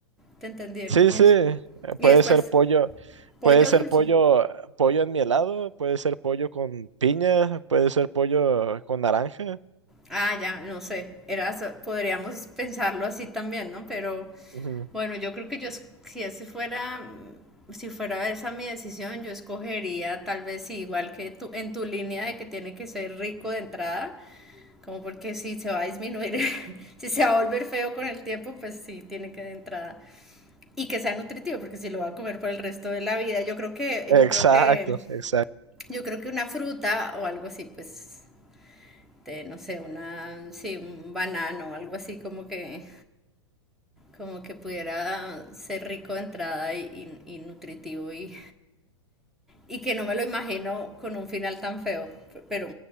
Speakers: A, in the centre; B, on the right.
A: Te entendí el
B: Sí,
A: comienzo.
B: sí, eh,
A: Y
B: puede
A: después,
B: ser pollo,
A: pollo
B: puede ser
A: dulce.
B: pollo, pollo en mi helado, puede ser pollo con piña, puede ser pollo con naranja.
A: Ah, ya, no sé. Era, so- podríamos pensarlo así también, ¿no? Pero
B: Ujú.
A: bueno, yo creo que yo, es- si ese fuera, si fuera esa mi decisión, yo escogería tal vez sí, igual que tú, en tu línea de que tiene que ser rico de entrada, como porque si se va a disminuir, <laughs> si se va a volver feo con el tiempo, pues sí, tiene que de entrada Y que sea nutritivo, porque si lo va a comer por el resto de la vida, yo creo que,
B: Exacto,
A: yo creo que,
B: exacto.
A: yo creo que una fruta o algo así, pues, de, no sé, una, sí, un banano o algo así como que, como que pudiera ser rico de entrada y, y- y nutritivo y, y que no me lo imagino con un final tan feo, pero